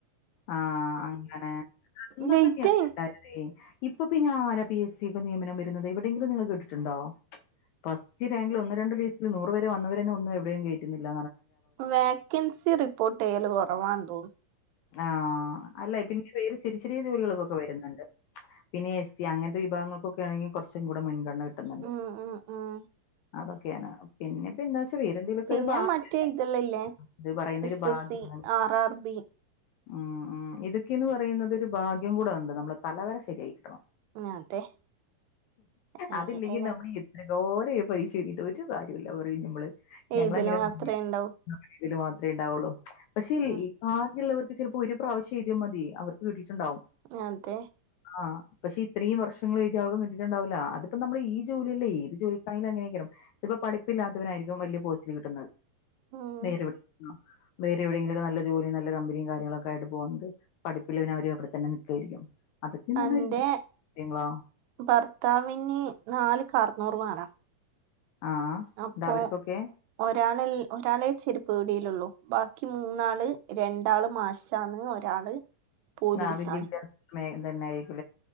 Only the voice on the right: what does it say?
ലേറ്റായി
വാക്കന്സി റിപ്പോര്ട്ട് ഏല് കുറവാ തോന്ന
ഉം ഉം ഉം
പിന്നെ
മറ്റേ ഇതെല്ലാം ഇല്ലേ
എസ്
എസ് സി ആർ ആർ ബി
അതെ എല്ലനും
എഴുതലും
അത്രേ ഉണ്ടാവും
ഉം
ആ അതെ.
ഉം
അന്റെ
ഭർത്താവിന് നാല് കാർണൂർ വേറാ
അപ്പൊ
ഒരാള ഒരാളെ ചെരുപ്പ് കൂടി ള്ള ബാക്കി മൂന്നാള് രണ്ടാള് മാശന്ന് ഒരാള് പോലീസാണ്